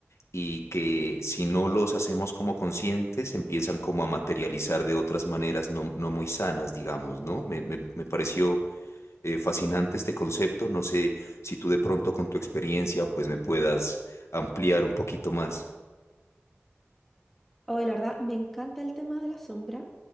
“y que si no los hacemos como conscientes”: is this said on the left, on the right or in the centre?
Left